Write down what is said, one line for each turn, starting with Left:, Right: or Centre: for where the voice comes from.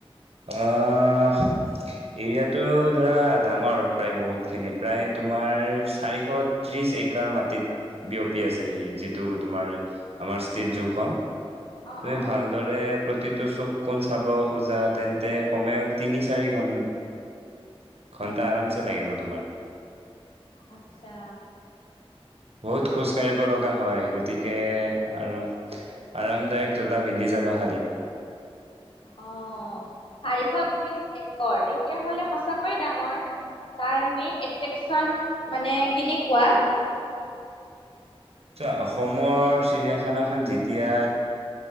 Right: আহ ', এৰিয়াাতটো ধৰা ডাঙৰ প্ৰায় বহুতখিনি প্ৰায় তোমাৰ চাৰিশ ত্ৰিশ এককাৰ মাটিত বিয়পি আছে যিটো তোমাৰ আমাৰ ষ্টিত জোখন।
Left: অ
Right: তুমি
Left: অ
Right: ভালদৰে। প্ৰতিটো চুক কোন চাব খোজাত। তেন্তে কমেও তিনি চাৰি ঘ ঘণ্টা আৰামছে লাগিব তোমাৰ।
Left: আচ্ছা।
Right: বহুত খোজ কাঢ়িব লগা হয় গতিকে আৰু আৰামদায়ক জোতা পিন্ধি যাবা খালি।
Left: অহ ', চাৰিশ ত্ৰিশ একৰ তেতিয়াহ'লে সঁচাকৈয় ডাঙৰ। তাৰ মেইন এট্ৰেকচন মানে কেনেককুৱা?
Right: চোৱা অসমৰ চিৰিয়াখানাখন যেতিয়া